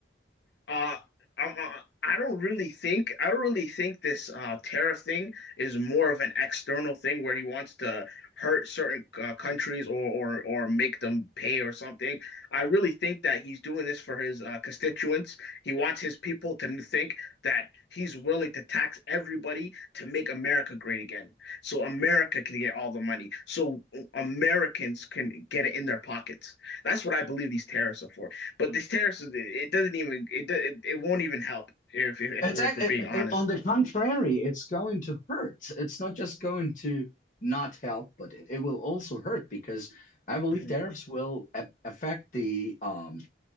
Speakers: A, on the left; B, on the left.
A: Uh, I'm, uh, I don't really think I don't really think this uh, tariff thing is more of an external thing where he wants to hurt certain uh, countries or, or or make them pay or something. I really think that he's doing this for his uh, constituents. He wants his people to think that he's willing to tax everybody to make America great again, so America can get all the money, so Americans can get it in their pockets. That's what I believe these tariffs are for. But these tariffs, it doesn't even it do- it, it won't even help if if, if
B: It's
A: we're
B: act
A: if we're
B: it,
A: being honest.
B: it- on the contrary, it's going to hurt. It's not just going to not help, but it, it will also hurt because I believe
A: Mhm.
B: tariffs will a affect the um,